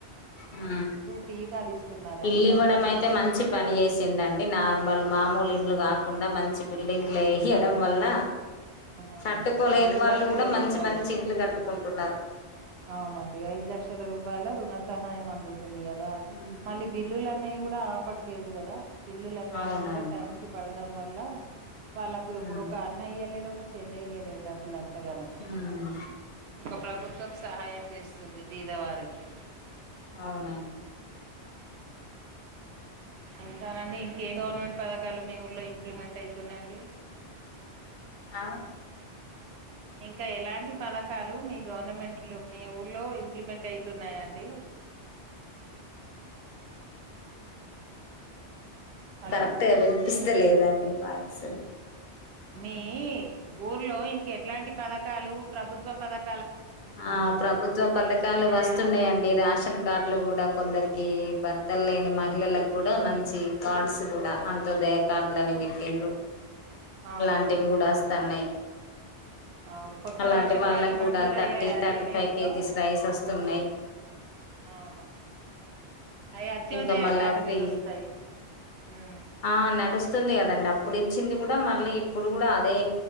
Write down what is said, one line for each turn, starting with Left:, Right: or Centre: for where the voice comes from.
Left: ఆ
Right: టీకాలు ఇస్తున్నారండి
Left: ఇల్లు
Right: పద్నాలుగు
Left: ఇవ్వడం అయితే మంచి పని చేసిండండి నార్మల్ మామూలు ఇండ్లు కా కుండా మంచి బిల్డింగ్లు ఏసి వేయడం వల్ల
Right: అవును
Left: కట్టుకోలేని
Right: ఐదు
Left: వాళ్ళు
Right: లక్షల
Left: కూడా మంచి
Right: రూపాయలు
Left: మంచి ఇండ్లు కట్టుకుంటున్నారు
Right: అవునండి ఐదు లక్షల రూపాయల రుణ సహాయం అందుతుంది తుంది కదా
Left: ఉమ్
Right: మళ్ళీ బిల్లులు అన్నయి కూడా ఆ ఆపట్లేదు కదా బిల్లులన్నవి
Left: అవునండి
Right: కూడా టైం కి పడడం వల్ల వాళ్ళలకు
Left: హ్మ్
Right: ఇప్పుడు ఒక అన్నయ్య లేడు ఒక చెల్లియలే డబ్బుల అంతగానం
Left: హ్మ్
Right: ఒక ప్రభుత్వం సహాయం చేస్త వస్తుంది బీదవారికి
Left: అవునండి
Right: ఇంకానండి ఇంకే గవర్నమెంట్ పథకాలు మీ ఊర్లో ఇంప్లిమెంట్ అవుతున్నాండి
Left: ఆ
Right: ఇంకా ఎలాంటి పథకాలు మీ గవర్నమెంట్లు మీ ఊర్లో ఇంప్లిమెంట్ అయితున్నాయండి హలో
Left: కరెక్ట్గా వినిపిస్త లేదండి వాయిసు
Right: మీ ఊర్లో ఇంక ఎట్లాంటి పథకాలు ప్రభుత్వ పథకా
Left: ఆ ప్రభుత్వ పథకాలు
Right: వస్తున్నాయా
Left: వస్తున్నాయండి రాేషన్ కార్డులు కూడా కొందరికి బర్త తల్లని మహిళలకు కూడా మంచి కార్డ్స్ కూడా అంత దయ కార్డు అనేవి ఎందుకు
Right: అవును
Left: అలాంటివి కూడా వస్తున్నాయి
Right: అవును కొత్త
Left: అలాంటి
Right: రేషన్
Left: వాళ్ళకి
Right: కార్డులు మంజూరు
Left: కూడా థర్టీ
Right: అయ్యాయా అండి
Left: థర్టీ
Right: మీ
Left: ఫైవ్
Right: ఊర్లో
Left: కేజీస్ రైస్ వస్తున్నాయి్
Right: అవును అవి అత్యోదయ
Left: ఇంకా మళ్ళా
Right: కార్డు
Left: ఫ్రీ
Right: మీద వస్తాయి ఉమ్
Left: ఆ నడుస్తుంది కదండి అప్పుడు ఇచ్చింది కూడా మళ్ళీ ఇప్పుడు కూడా అదే